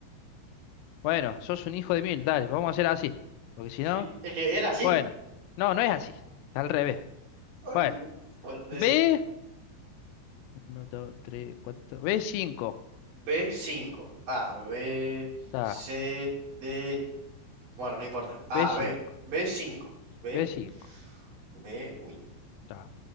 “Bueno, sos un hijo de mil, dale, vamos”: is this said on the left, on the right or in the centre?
Left